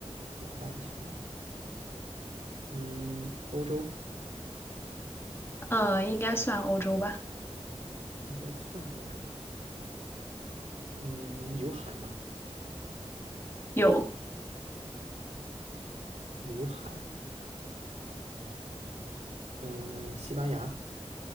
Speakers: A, on the right; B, on the left.
A: 北半球，嗯，欧洲
B: 呃，应该算欧洲吧？
A: 应该算欧洲，嗯，有海吗？
B: 有，
A: 有海，呃，西班牙，